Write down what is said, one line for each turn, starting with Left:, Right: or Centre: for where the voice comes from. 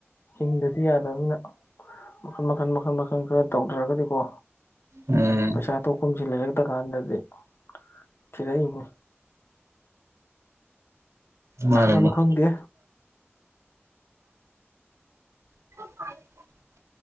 Left: ꯍꯤꯡꯗꯗꯤ ꯌꯥꯗꯕꯅꯤꯅ ꯃꯈꯟ ꯃꯈꯜ ꯃꯈꯜ ꯃꯈꯜ ꯈꯔ ꯇꯧꯗ꯭ꯔꯒꯗꯤꯀꯣ
Right: ꯎꯝ
Left: ꯄꯁꯥ ꯇꯣ ꯀꯨꯝ ꯁꯤꯂ ꯆꯒꯗ ꯀꯥꯥꯟꯗꯗꯤ ꯏ ꯆꯤꯔ <unintelligible>
Right: ꯃꯥꯅꯦ
Left: ꯑꯗꯨ
Right: ꯃꯥꯅꯦ
Left: ꯈꯪꯗꯦ
Right: ꯎ